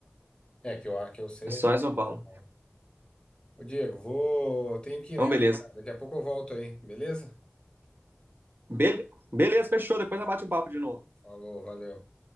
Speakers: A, on the left (about 25°); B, on the right (about 55°).
A: É, que eu acho que eu sei
B: É só
A: é estado
B: em São
A: de
B: Paulo.
A: São Paulo. Ô Diego, vou. Tenho que
B: Então,
A: ir nessa.
B: beleza.
A: cara. Daqui a pouco eu volto aí, beleza?
B: Be- beleza, fechou. Depois nós bate o papo de novo.
A: Falou, valeu.